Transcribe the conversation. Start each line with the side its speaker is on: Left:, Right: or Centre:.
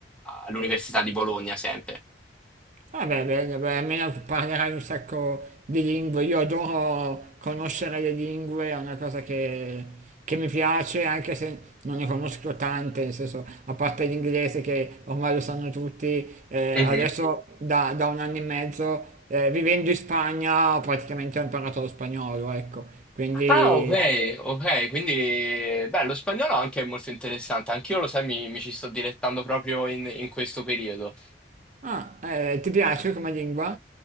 Centre: all'Università di Bologna sempre.
Right: Ah beh, bene, beh, almeno parlerai un sacco di lingue. Io adoro conoscere le lingue, è una cosa che, che mi piace, anche se non ne conosco tante, nel senso, a parte l'inglese che ormai lo sanno tutti, eh,
Centre: Mhm.
Right: adesso da, da un anno e mezzo, eh, vivendo in Spagna, praticamente ho imparato lo spagnolo, ecco. Quindi,
Centre: Ah, ok, ok, quindi beh, lo spagnolo anche è molto interessante, anch'io lo sai, mi, mi ci sto dilettando proprio in, in questo periodo.
Right: ah, eh, ti piace come lingua?